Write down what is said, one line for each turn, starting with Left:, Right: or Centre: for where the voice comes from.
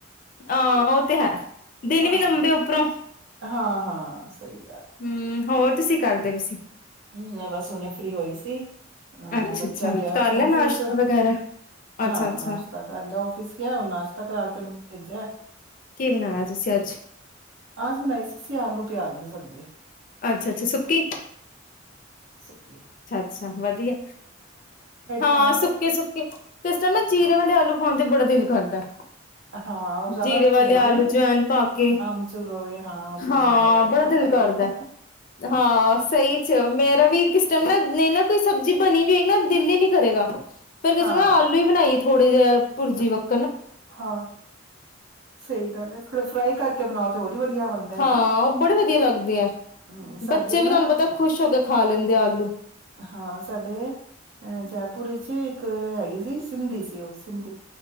Left: ਹਾਂ ਇਹ ਤੇ ਹੈ ਦਿਨ
Right: ਹਾਂ
Left: ਵੀ ਲੰਬੇ ਉੱਪਰੋਂ
Right: ਹਾਂ ਹਾਂ ਸਹੀ
Left: ਹਮ ਹੋਰ ਤੁਸੀਂ ਕਰਦੇ ਵੀ ਸੀ
Right: ਹਮ ਮੈਂ ਬਸ ਹੁਨੇ ਫਰੀ ਹੋਈ ਸੀ ਅ
Left: ਅੱਛਾ
Right: ਬੱਚਾ
Left: ਅੱਛਾ
Right: ਗਿਆ
Left: ਕਰ
Right: ਉਥੇ
Left: ਲਿਆ
Right: ਆਫਿਸ
Left: ਨਾਸ਼ਤਾ ਵਗੈਰਾ
Right: ਹਾਂ
Left: ਅੱਛਾ ਅੱਛਾ
Right: ਨਾਸ਼ਤਾ ਕਰ ਲਿਆ ਆਫਿਸ ਗਿਆ ਨਾਸ਼ਤਾ ਕਰਾ ਕੇ ਉਹਨ ਜਾ
Left: ਕੀ ਬਣਾਇਆ ਤੁਸੀਂ ਅੱਜ
Right: ਆਜ ਬਣਾਈ ਸੀ ਸੀ ਆਲੂ ਪਿਆਜ ਦੀ ਸਬਜ਼ੀ
Left: ਅੱਛਾ ਅੱਛਾ ਸੁਕੀ
Right: ਸੁਕੀ
Left: ਅੱਛਾ ਵਧੀਆ ਹਾਂ
Right: ਖਾਣ
Left: ਸੁੱਕੇ
Right: ਤੇ
Left: ਸੁੱਕੇ ਕਿਸ ਟਾਈਮ ਨਾ ਜੀਰੇ ਵਾਲੇ ਆਲੂ ਖਾਦੇ ਬੜਾ ਦਿਲ ਕਰਦਾ
Right: ਹਾਂ ਉਹ ਜ਼ਿਆਦਾ
Left: ਜੀਰੇ
Right: ਅੱਛੇ
Left: ਵਾਲੇ
Right: ਲੱਗਦੇ
Left: ਆਲੂ
Right: ਨਾ
Left: ਜਵੈਨ ਪਾ ਕੇ
Right: ਆਮਚੂਰ ਹੋਵੇ ਹਾਂ ਉੱਤੇ
Left: ਹਾਂ
Right: ਪਾਇਆ ਦਾ
Left: ਬੜਾ
Right: ਕੱਟੇ
Left: ਦਿਲ
Right: ਕੱਟੇ
Left: ਕਰਦਾ ਹਾਂ ਸਹੀ ਚ ਮੇਰਾ ਵੀ ਕਿਸ ਟਾਈਮ ਨਾਲ ਨਹੀਂ ਨਾ ਕੋਈ ਸਬਜ਼ੀ ਬਣੀ ਵੀ ਹੈਗੀ ਨਾ ਦਿਲ ਹੀ ਨੀ ਕਰੇਗਾ ਫੇਰ ਕਿਸੇ
Right: ਹਾਂ
Left: ਨਾ ਆਲੂ ਹੀ ਬਣਾਈ ਥੋੜੇ ਜਿਹੇ ਭੁਰਜੀ ਵਤ
Right: ਹਾਂ ਸਹੀ ਗੱਲ ਹੈ ਥੋੜਾ ਫਰਾਈ ਕਰਕੇ ਬਣਾਓ ਤੇ ਹੋਰ ਵਧੀਆ ਬਣਦਾ ਹੈ
Left: ਹਾਂ
Right: ਨਾ
Left: ਉਹ ਬੜੇ ਵਧੀਆ ਲੱਗਦੇ ਆ
Right: ਹਮ ਸਾਡੇ
Left: ਬੱਚੇ ਵੀ
Right: ਨਾ
Left: ਤੁਹਾਨੂੰ ਪਤਾ ਖ਼ੁਸ਼ ਹੋ ਕੇ ਖਾ ਲੈਂਦੇ ਆ ਆਲੂ
Right: ਹਾਂ ਸਾਡੇ ਅ ਜੈਪੁਰ ਚ ਇੱਕ ਹੈਗੀ ਸੀ ਸਿੰਧੀ ਸੀ ਉਹ ਸਿੰੀ